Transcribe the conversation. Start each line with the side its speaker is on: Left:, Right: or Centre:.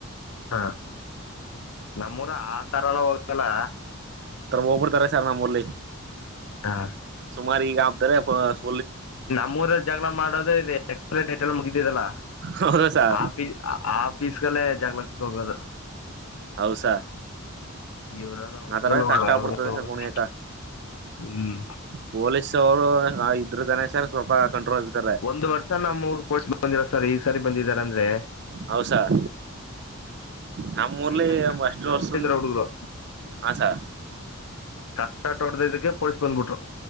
Left: ಹಾ ನಮ್ಮೂರ ಆ ತರ ಎಲ್ಲ ಹೋಗತಲ್ಲ.
Right: ಹೋಗ್ಬಿಡ್ತಾರೆ ಸರ್ ನಮ್ಮಲ್ಲಿ
Left: ಹಾ
Right: ಸುಮಾರ ಈಗ ಹಬತಾರೇ <unintelligible>
Left: ನಮ್ಮ್ಊರಲ್ಲಿ ಜಗಳ ಮಾಡೋದೇ ಇದೆ. <unintelligible> ಪ್ಲೇಟ್ಲ್ಲ ಮುಗಿದಿದ್ದಲ್ಲ
Right: ಹೌದಾ ಸಾರ್
Left: ಆ ಪೀ ಆ ಪೀಸ್ಗಲ್ಲೇ ಜಾಗಳಕ್ಕೆ ಹೋಗೋದು.
Right: ಹೌಸಾ
Left: ಇವರೆಲ್ಲ ಹುಡುಗಲ್
Right: ಆ ತರ
Left: ಹೋಗಲ್ಲ
Right: ಕಷ್ಟ
Left: ಅವರೇ
Right: ಪಡ್ತದೆಸ
Left: ಹೋಗೋದು
Right: ಕುಣಿಯಕ
Left: ಹ್ಮ್
Right: ಪೊಲೀಸ್ ಅವರು <unintelligible> ಇದ್ರ ತಾನೇ ಸರ್ ಸ್ವಲ್ಪ ಕಂಟ್ರೋಲ್. ಇರ್ತಾರೆ
Left: ಒಂದ್ ವರ್ಷ ನಾ ನಮ್ಮೂರು ಪೊಲೀಸರು ಬಂದಿಲ್ಲ ಸರ್ ಈ ಸಾರಿ ಬಂದಿದಾರ ಅಂದ್ರೆ
Right: ಹೌ ಸರ್ ನಮ್ಮೂರ್ಲಿ
Left: ಈ ಸಾರಿ <unintelligible>
Right: ಅಷ್ಟು ವರ್ಷದಿಂದ
Left: ಹೊಟ್ಟಿದ್ರು ಹುಡುಗರು
Right: ಹಾ ಸರ್
Left: ಕಟ್ಟಟ ಹೊಡದ ಇದಕ್ಕೆ ಪೊಲೀಸ್ ಬಂದ್ಬಿಟ್ರು.